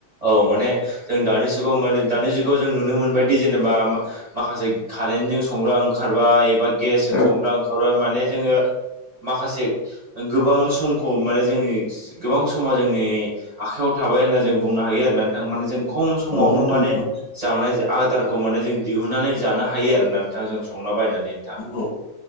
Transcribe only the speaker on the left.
औ
औ नोंथां
औ नोंथां औ